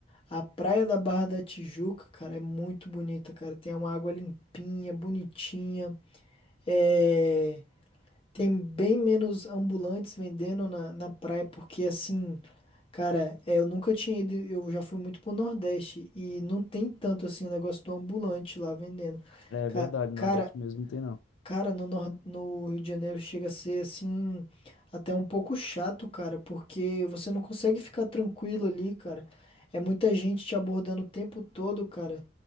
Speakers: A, on the left (about 30°); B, on the left (about 85°).
A: A praia da Barra da Tijuca, cara, é muito bonita, cara. Tem uma água limpinha, bonitinha. É... Tem bem menos ambulantes vendendo na, na praia, porque assim, cara, é, eu nunca tinha ido, eu já fui muito pro Nordeste e não tem tanto assim o negócio do ambulante lá vendendo.
B: É
A: Ca-
B: verdade,
A: Cara,
B: Nordeste mesmo não tem não.
A: Cara, no, Nor- no Rio de Janeiro chega a ser assim, até um pouco chato, cara, porque você não consegue ficar tranquilo ali, cara. É muita gente te abordando o tempo todo, cara.